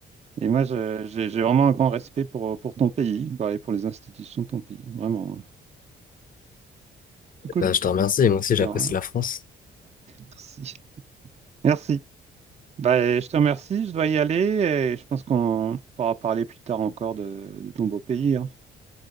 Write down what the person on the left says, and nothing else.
Bah, je te remercie, moi aussi j'apprécie
la France.